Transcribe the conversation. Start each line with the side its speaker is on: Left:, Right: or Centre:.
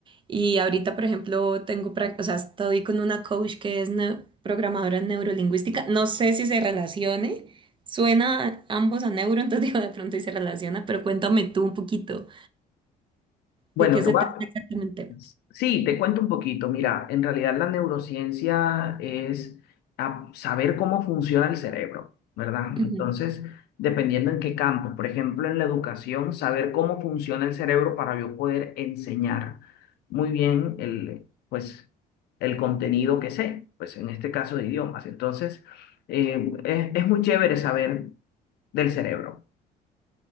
Right: Y ahorita, por ejemplo, tengo, prac- o sea, estoy con una coach que es neu- programadora en neurolingüística. No sé si se relacione. Suena ambos a neuro, entonces <laughs> digo de pronto y se relaciona, pero cuéntame tú un poquito
Left: Bueno,
Right: de qué
Left: te
Right: se
Left: voy
Right: trata
Left: a
Right: exactamente.
Left: Sí, te cuento un poquito. Mira, en realidad la neurociencia es a- saber cómo funciona el cerebro, ¿verdad?
Right: Ujú.
Left: Entonces, dependiendo en qué campo, por ejemplo, en la educación, saber cómo funciona el cerebro para yo poder enseñar muy bien el, pues, el contenido que sé, pues en este caso de idiomas. Entonces, eh, es, es muy chévere saber del cerebro.